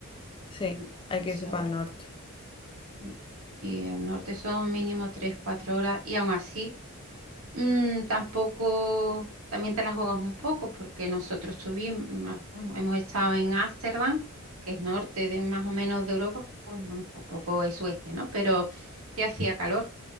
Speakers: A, on the left (about 25°); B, on the right (about 90°).
A: Sí,
B: Mm,
A: hay
B: Eso,
A: que irse para el norte.
B: sí. Y al norte son mínimo tres, cuatro horas, y aún así, mm, tampoco, también te las juegas un poco, porque nosotros estuvimos, hemos estado en Ámsterdam, que es norte de más o menos de Europa, pues, vamos, tampoco es Suecia, ¿no? Pero te hacía calor.